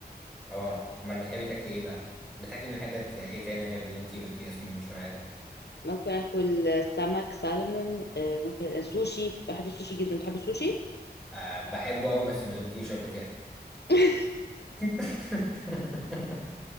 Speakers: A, in the centre; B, on the left (about 75°).
A: اه امال بتحبي تاكلي ايه بقى بتاكلي من حتت ايه تاني غير اللي انتي قلتي اسمه من شوية ده
B: ممكن اكل سمك سالمون آه، ممكن سوشي بحب السوشي جدا بتحب السوشي؟
A: آه بحبه قوي بس ما دقتوش قبل كده
B: <laughs>
A: <laughs>